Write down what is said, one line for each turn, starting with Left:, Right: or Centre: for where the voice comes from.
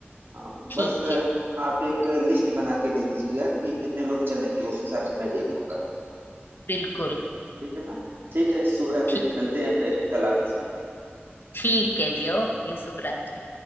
Right: अ,
Left: ठीक
Right: बस अ,
Left: है
Right: आप एक लिस्ट बना के दे दीजिएगा कि कितने लोग चलेंगे उस हिसाब से मैं देख लूंगा
Left: बिल्कुल
Right: ठीक है ना ठीक है शुभ रात्रि
Left: ठीक
Right: मिलते हैं फिर कल ऑफिस में
Left: ठीक है जी ओके शुभ रात्रि